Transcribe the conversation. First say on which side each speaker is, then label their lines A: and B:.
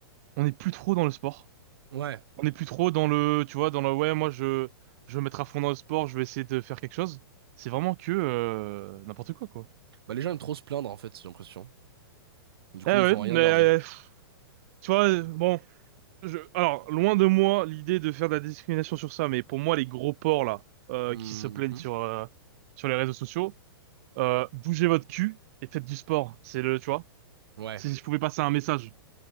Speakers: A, on the right; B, on the right.
A: on n'est plus trop dans le sport.
B: Ouais.
A: On n'est plus trop dans le, tu vois, dans le, ouais, moi, je, je vais me mettre à fond dans le sport. Je vais essayer de faire quelque chose. C'est vraiment que, euh, n'importe quoi, quoi.
B: Bah, les gens aiment trop se plaindre, en fait, j'ai l'impression. Du coup,
A: Eh ouais,
B: ils font rien
A: mais,
B: de
A: euh,
B: leur vie.
A: pff, tu vois, euh, bon, Je, alors, loin de moi l'idée de faire de la discrimination sur ça, mais pour moi, les gros porcs là, euh,
B: Mhm.
A: qui se plaignent sur euh, sur les réseaux sociaux, euh, bougez votre cul et faites du sport. C'est le, tu vois,
B: Ouais,
A: si je pouvais passer un message.